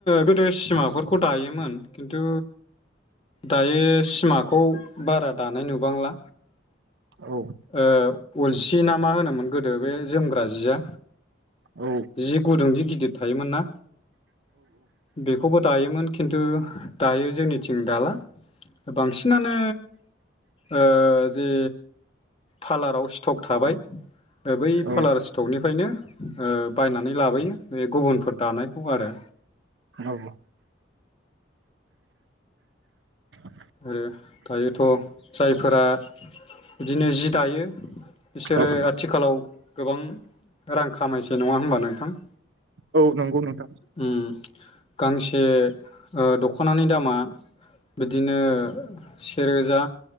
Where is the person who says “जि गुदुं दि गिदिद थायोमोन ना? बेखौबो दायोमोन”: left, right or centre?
Left